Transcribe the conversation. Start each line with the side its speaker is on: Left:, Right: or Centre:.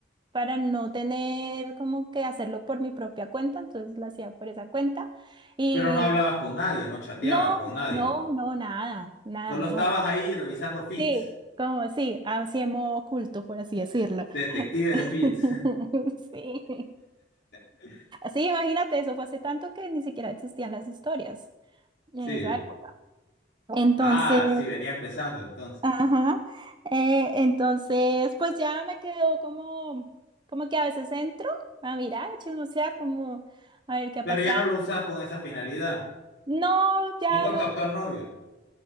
Right: para no tener como que hacerlo por mi propia cuenta, entonces lo hacía por esa cuenta y
Left: Pero no hablabas con nadie, no chateabas
Right: no,
Left: con nadie.
Right: no, no, nada, nada,
Left: Solo estabas
Right: no.
Left: ahí revisando feeds.
Right: Sí, como sí, así en modo oculto, por así decirlo.
Left: Detective
Right: <laughs>
Left: de feeds.
Right: Sí.
Left: <laughs>
Right: Sí, imagínate, eso fue hace tanto que ni siquiera existían las historias en
Left: Sí.
Right: esa época. Entonces,
Left: Ah, sí, venía empezando entonces.
Right: ajá, eh, entonces, pues ya me quedo como, como que a veces entro a mirar, a chismosear, como a ver qué
Left: Pero
Right: ha pasado.
Left: ya no lo usas con esa finalidad.
Right: No, ya
Left: No con
Right: lo,
Left: tu actual novio.